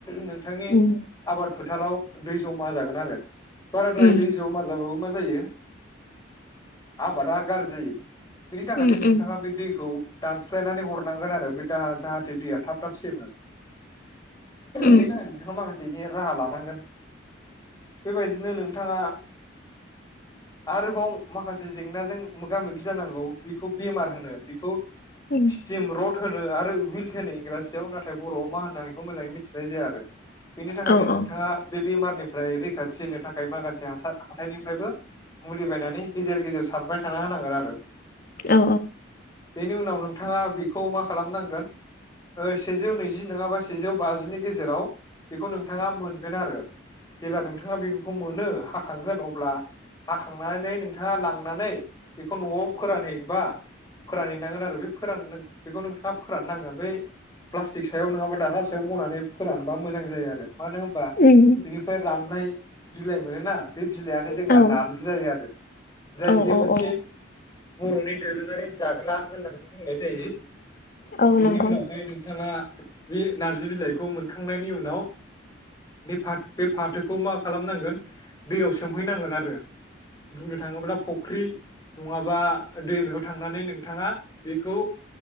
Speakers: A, on the left; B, on the left.
A: नोंथांनि
B: उम
A: आबाद फोथाराव दै ज'मा जागोन आरो बाराद्राय
B: उम
A: दै ज'मा जाबाबो मा जायो आबादा गारजि जायो बिनि थाखायनो
B: उम
A: नोंथाङा
B: उम
A: बे दैखौ दानस्लायनानै हरनां खोनादो बै दाहा जाहाथे दैया थाब थाब सेमो।
B: उम
A: बेनि थाखाय नोंथाङा माखासे इनि राहा लानांगोन। बेबायदिनो नों थाङा आरोबाव माखासे जेंनाजों मोगा मोगि जानांगौ। बेखौ बेमार होनो बेखौ
B: ओम
A: सिम रड होनो आरो उइल्ट होनो इंराजियाव नाथाय बर'आव मा होनो बेखौ मोजाङै मिथिनाय जाया आरो बेनि थाखायनो
B: औ औ
A: नोंथाङा बे बेमारनिफ्राय रैखाथि होनो थाखाय माखासे हासार हाथाइनिफ्रायबो मुलि बायनानै गेजेर गेजेर सारबाय थाना होनांगोन आरो
B: औ
A: बेनि उनाव नोंथाङा बेखौ मा खालामनांगोन ओ सेजौ नैजि नङाबा सेजौ बाजिनि गेजेराव बेखौ नोंथाङा मोनगोन आरो जेब्ला नोंथाङा बेखौ मोनो हाखांगोन अब्ला हाखांनानै नोंथाङा लांनानै बेखौ न'आव फोरानहै बा फोरानहैनांगोन आरो बे फोरान बेखौ नोंथाङा फोराननांगोन बै प्लास्टिक सायाव नङाबा दारहा सायाव बनानै फोरानबा मोजां जायो आरो मानो होनबा
B: उम
A: बिनिफ्राय राननाय बिलाय मोनो ना बे बिलाइआनो जोंना
B: औ
A: नारजि जायो आरो जाय
B: औ
A: बियो मोनसे
B: औ
A: बर'नि दोरोङारि जाग्रा होननानै बुंनाय जायो।
B: औ
A: बेनि
B: नंगौ
A: उनावहाय नोंथाङा बे नारजि बिलाइखौ मोनखा नायनि उनाव बे फाथ बे फाथोखौ मा खालामनांगोन दैयाव सोमहैनांगोन आरो बुंनो थाङोब्ला फुख्रि नङाबा दैमायाव थांनानै नोंथाङा बेखौ